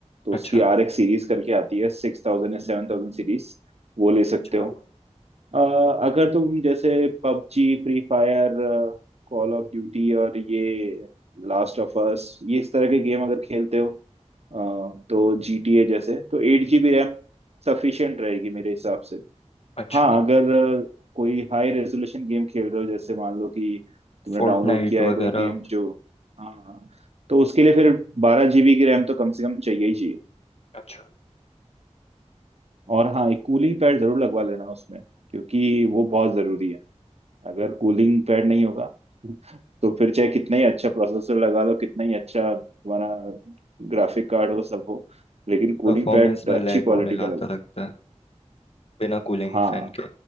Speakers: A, on the right (about 60°); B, on the left (about 55°).
A: तो
B: अच्छा
A: उसकी आर एक्स सीरीज करके आती है सिक्स थाउजेंड या सेवन थाउजेंड सीरीज वो ले सकते
B: अच्छा
A: हो अ, अगर तुम जैसे PUBG free fire call of duty और ये लास्ट ऑफ अस ये इस तरह के गेम अगर खेलते हो अ, तो GTA जैसे तो एट जी बी रैम सफिशियंट रहेगी मेरे हिसाब से
B: अच्छा
A: हाँ अगर अ, कोई हाई रेजोल्यूशन गेम खेल रहे हो जैसे मान लो कि तुमने
B: फोर्टनाइट
A: डाउनलोड किया है
B: वगैरह
A: कोई गेम जो हाँ हाँ, तो उसके लिए फिर बारह जीबी की रैम तो कम से कम चाहिए ही चाहिए
B: अच्छा
A: और हाँ एक कूलिंग पैड जरूर लगवा लेना उसमें क्योंकि वो बहुत जरूरी है अगर कूलिंग पैड नहीं होगा <laughs> तो फिर चाहे कितना ही अच्छा प्रोसेसर लगा लो कितना ही अच्छा तुम्हारा ग्राफिक कार्ड हो सब हो लेकिन कूलिंग
B: परफॉर्मेंस
A: पैड
B: में
A: अच्छी
B: लैग
A: क्वालिटी
B: होने
A: का
B: आता
A: लगा
B: लगता है बिना कूलिंग
A: हाँ
B: फैन के